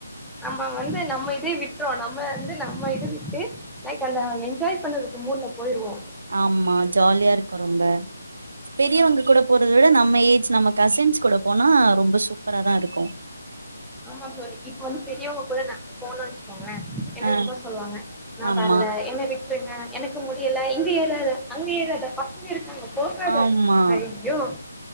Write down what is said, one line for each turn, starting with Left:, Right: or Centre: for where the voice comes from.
Centre: நம்ம வந்து நம்ம இதே விட்றோ நம்ம வந்து நம்ம இது விட்டு லைக் அந்த அவங்க என்ஜாய் பண்ணறதுக்கு மூடுல போயிருவோ
Right: ஆமா ஜாலியா இருக்கு ரொம்ப பெரியவங்க கூட போறத விட நம்ம ஏஜ் நம்ம கசின்ஸ் கூட போனா ரொம்ப சூப்பராதா இருக்கு
Centre: ஆமாம் தோழி இப்ப வந்து பெரியவங்க கூட நா போணா வெச்சு கோங்களே என்ன
Right: அ
Centre: தெர்மா சொல்லுவாங்க நா
Right: ஆமா
Centre: வர்ல என்ன விட் ருங்க எனக்கு முடியல இது ஏதாத அங்க ஏறாத பசங்க இருக்காங்க போகாத
Right: ஆமா
Centre: ஐயோ